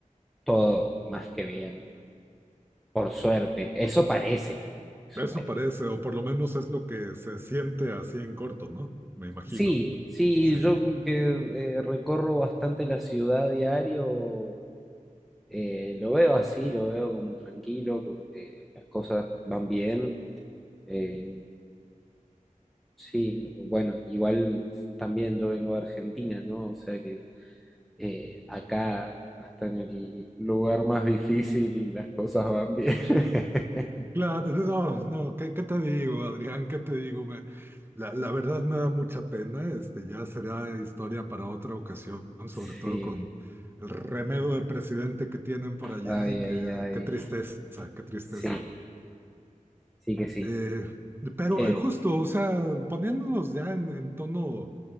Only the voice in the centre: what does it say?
todo más que bien. Por suerte, eso parece. Eso
parece.
Sí, sí,
yo que eh, recorro bastante la ciudad diario, eh, lo veo así, lo veo como tranquilo, como que las cosas van bien. Eh, sí, bueno, igual también yo vengo de Argentina, ¿no? O sea que eh, acá, hasta en el lugar más difícil, las cosas van bien. <laughs>
Sí,
ay,
ay, ay.
Sí, sí que sí.
Eh,